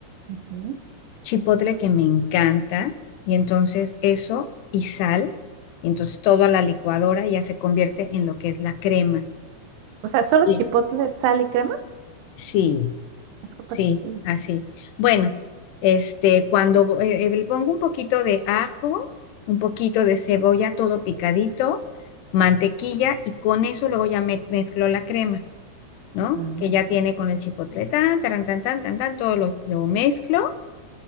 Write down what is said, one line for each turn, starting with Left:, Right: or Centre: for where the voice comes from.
Right: ujú.
Left: chipotle que me encanta y entonces eso y sal. y Entonces todo a la licuadora ya se convierte en lo que es la crema.
Right: O sea, solo
Left: Sí.
Right: chipotle, sal y crema.
Left: Sí,
Right: Está súper
Left: Sí,
Right: sencillo.
Left: así. Bueno, este, cuando eh, eh, le pongo un poquito de ajo, un poquito de cebolla, todo picadito, mantequilla, y con eso luego ya me- mezclo la crema, ¿no?
Right: Ah.
Left: Que ya tiene con el chipotle, tan, taran, tan, tan, tan, tan, todo lo, lo mezclo,